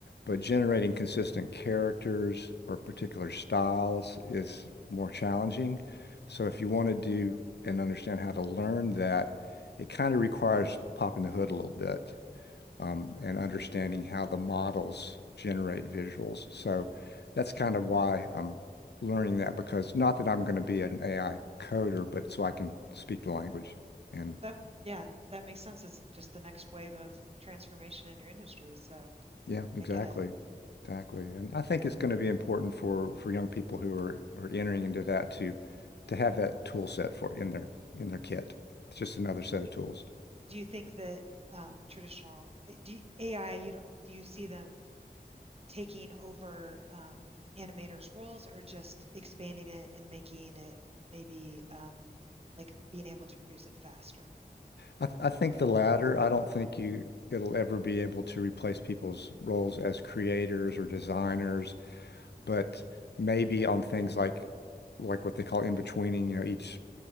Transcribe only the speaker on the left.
But generating consistent characters or particular styles is more challenging. So if you want to do and understand how to learn that, it kind of requires popping the hood a little bit um, and understanding how the models generate visuals. So that's kind of why I'm learning that because not that I'm going to be an AI coder, but so I can speak the language. And
yeah, exactly.
Exactly. And I think it's going to be important for for young people who are are entering into that to to have that tool set for in their in their kit. It's just another set of tools.
I th I think the latter, I don't think you it'll ever be able to replace people's roles as creators or designers but maybe on things like like what they call in-betweening, you know, each